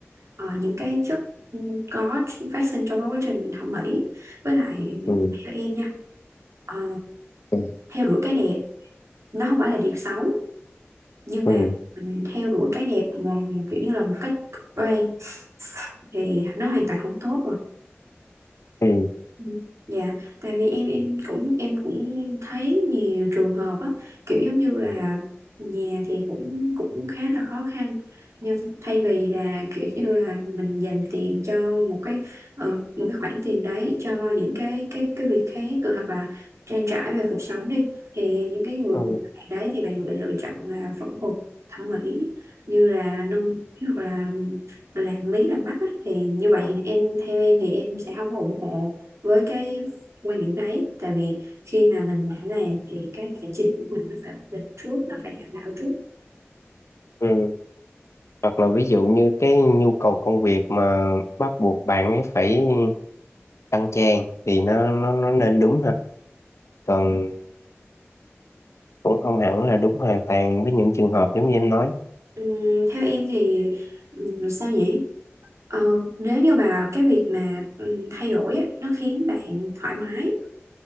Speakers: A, on the right; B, on the left.
A: ờ, những cái chất ừ, có phát sinh trong cái quá trình thẩm mỹ với lại
B: ừ,
A: theo em nha ờ,
B: ừ,
A: theo đuổi cái đẹp nó không phải là điều xấu nhưng
B: ừ,
A: mà mình theo đuổi cái đẹp mà một kiểu như là một cách cực đoan thì nó hoàn toàn không tốt rồi
B: ừ,
A: Ừ. Dạ, tại vì em em cũng em cũng thấy nhiều trường hợp á, kiểu giống như là nhà thì cũng cũng khá là khó khăn nhưng thay vì là kiểu như là mình dành tiền cho một cái ờ, một cái khoản tiền đấy cho những cái cái cái việc khác ờ, hoặc là trang trải về cuộc sống đi thì những cái người
B: ừ,
A: bạn đấy thì bạn lại lựa chọn là phẫu thuật thẩm mỹ như là nâng hoặc là làm mí làm mắt á, thì như vậy thì em theo em thì em sẽ không ủng hộ với cái quan điểm đấy tại vì khi mà mình đã làm thì cái tài chính của mình nó phải ổn định trước nó phải đảm bảo trước
B: ừ. hoặc là ví dụ như cái nhu cầu công việc mà bắt buộc bạn ấy phải tăng trang thì nó nó nó nên đúng ha còn cũng không hẳn là đúng hoàn toàn với những trường hợp giống như em nói
A: Ừm, theo em thì ừm, sao nhỉ Ờ, nếu như bà cái việc mà ừm, thay đổi á, nó khiến bạn thoải mái